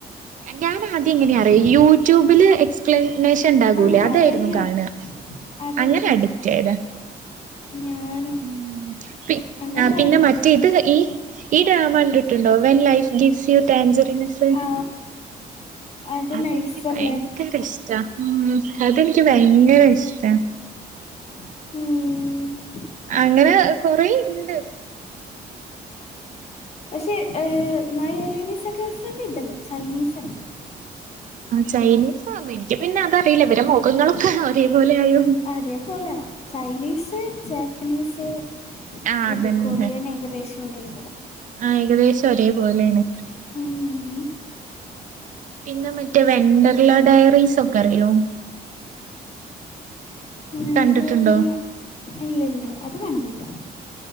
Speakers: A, on the right; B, on the left.
A: ഞാൻ ആദ്യം എങ്ങനെയാ അറിയോ യൂട്യൂബില് എക്സ് പ്ലനേഷൻ ണ്ടാകൂലേ
B: ആഹ്
A: അതായിരുന്നു
B: അതന്നെ
A: കാണ
B: അതന്നെ
A: അങ്ങനെ അഡിക്റ്റ് ആയതാ
B: ഞാനും
A: ഉ പി
B: അങ്ങനെ കാണുന്നത്
A: പിന്നെ മറ്റേ ഇത് ഈ ഈ ഡ്രാമ കണ്ടിട്ടുണ്ടോ? When life gives you tangerines
B: ആ അത്
A: അതെനിക്ക്
B: നൈസല്ലേ
A: ബയ ങ്കര ഇഷ്ടാ. ഉ അതെനിക്ക് ഭയങ്കര
B: ഉം
A: ഇഷ്ട
B: ഉം
A: അങ്ങനെ കൊറൊ ഇണ്ട്
B: പക്ഷേ മൈ ഏലിയനീസ ഗേൾ ഫ്രണ്ട് ഇതല്ലേ ചൈനീസ് അല്ലേ
A: ആ ചൈനീസ് ആ എനിക്ക് പിന്നെ അതറിയില്ല ഇവരെ മുഖങ്ങളൊക്കെ തേ പോലെ ആ യോ
B: ഒരേ പോല ചൈനീസ് പ്പനീസ്
A: ആ അതന്നെ
B: ഇത് കൊറിയൻ ഏകദേശം ഒരേ പോലെ
A: ആ ഏകദേശം ഒരേ പോലൊണ്
B: ഉം
A: പിന്നെ മറ്റേ വെന്റർല ഡയറീസ് ഒക്കെ അറിയോ?
B: വെണ്ടർല
A: കണ്ടിട്ടുണ്ടോ
B: ഇല്ലല്ല അത് കണ്ടില്ല